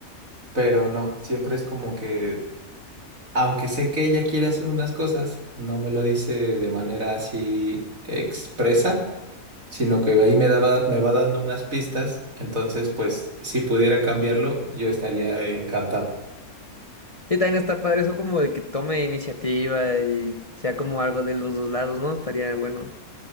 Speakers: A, on the right; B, on the left.
A: Pero no, siempre es como que, aunque sé que ella quiere hacer unas cosas, no me lo dice de manera así expresa, sino que ahí me daba, me va dando unas pistas. Entonces, pues, si pudiera cambiarlo, yo estaría encantado.
B: Sí, también está padre eso como de que tome iniciativa y sea como algo de los dos lados, ¿no? Estaría bueno.